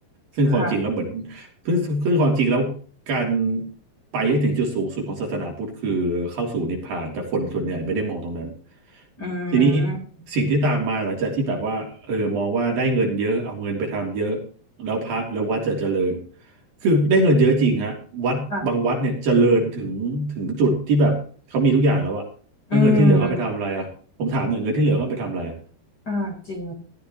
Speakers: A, on the right; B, on the left.
A: ซึ่งความจริงแล้วเหมือน
B: ค่ะ
A: ซึ่งซึ่งความจริงแล้วการไปให้ถึงจุดสูงสุดของศาสนาพุทธคือเข้าสู่นิพพานแต่คนส่วนใหญ่ไม่ได้มองตรงนั้น
B: อื
A: ทีนี้
B: ม
A: สิ่งที่ตามมาหลังจากที่แบบว่าเออมองว่าได้เงินเยอะเอาเงินไปทำเยอะแล้วพระแล้ววัดจะเจริญคือได้เงินเยอะจริงฮะวัดบางวัดเนี่ยเจริญถึงถึงจุดที่แบบเขามีทุกอย่างแล้วอะแล้วเงินที่เหลือเขาไปทำอะไรอะ
B: ค่ะอืม
A: ผมถามหน่อยเงินที่เหลือเขาเอาไปทำอะไรอะ
B: อ่าจริง